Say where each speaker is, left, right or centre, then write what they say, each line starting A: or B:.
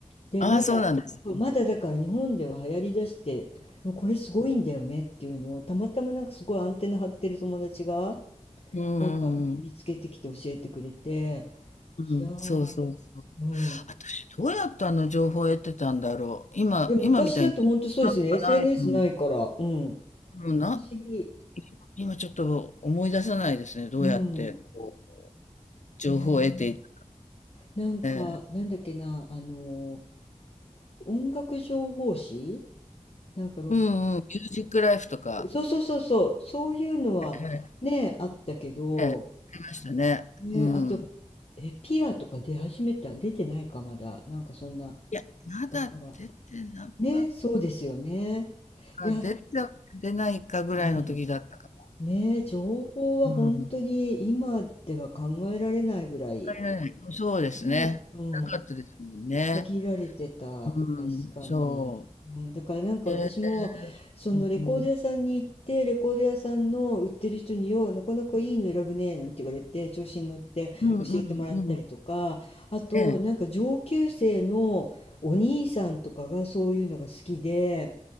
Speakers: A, on the left; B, on the left.
A: で、
B: ああ、
A: まだ、
B: そうなんです。
A: そうまだだから日本では流行りだして、でもこれすごいんだよねっていうのを、たまたまなんかすごいアンテナ張ってる友達が、
B: うん、うん、
A: なんか、うん見つけてきて教えてくれて、
B: うんうんそうそう。
A: いやー、うん。
B: 私、どうやってあの情報を得てたんだろう。今、
A: いや、昔だと本当そうですよね。
B: 今みたいに、なんかないのに。
A: SNS ないから。うん。
B: もうな、
A: 不思議。
B: 今ちょっと思い出せないですね。どうやって、
A: うん。
B: こう、情報を得ていた。
A: ねえ。なんか、
B: ええ
A: なんだっけな、あの音楽情報誌なんかロ
B: うんうん。ミュージックライフとか。
A: ック、そうそうそうそう、そういうのはね、
B: えええ
A: あったけど、
B: えええ出ましたね。
A: ね、
B: うん。
A: あと、え、ピアとか出始めた、出てないか、まだ。なんかそんな。
B: いや、まだ出てなかっ
A: だから、ね、そうですよね。
B: た。
A: いや、
B: 出て出ないかぐらいの時だったかな。
A: うん。ねえ、情報は本当に今では考えられないぐらい、
B: うん。入らない、そうですね。
A: ね、うん、
B: なかったですもんね。
A: 限られてた、
B: うん、
A: 確かに。
B: そう。
A: うん、だからなんか私も、
B: ええ、
A: そのレコード屋さんに行って、
B: うん
A: レコード屋さんの売ってる人に、よう、なかなかいいの選ぶね、なんて言われて、調子に乗って教えてもらったりとか、
B: うんうんうん。
A: あと、
B: ええ。
A: なんか上級生のお兄さんとかがそういうのが好きで、